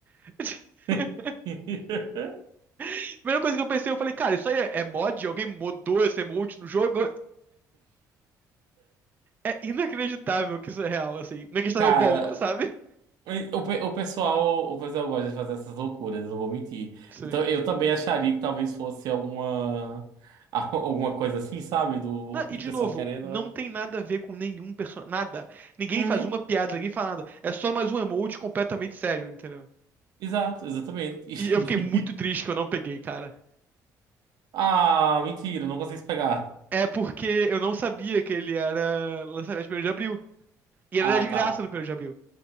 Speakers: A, on the right; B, on the right.
A: <laughs>
B: <laughs>
A: a primeira coisa que eu pensei, eu falei, cara, isso aí é é mod? Alguém modou esse emote no jogo? É inacreditável que isso é real, assim. Inacreditável
B: Cara,
A: bom, sabe?
B: O, pe- o pessoal, o pessoal gosta de fazer essas loucuras, eu não vou mentir.
A: Sim.
B: Então, eu também acharia que talvez fosse alguma, <laughs> a- alguma coisa assim, sabe? Do,
A: Não, e
B: do
A: de
B: pessoal
A: novo,
B: querendo,
A: não
B: mas...
A: tem nada a ver com nenhum personagem. Nada. Ninguém
B: Uhum,
A: faz uma piada, ninguém fala nada. É só mais um emote completamente sério, entendeu?
B: exato, exatamente. <laughs>
A: E eu fiquei muito triste que eu não peguei, cara.
B: Ah, mentira, não consegui pegar.
A: É porque eu não sabia que ele era lançamento de 1 de abril. E ele
B: Ah,
A: era de
B: tá.
A: graça no 1 de abril.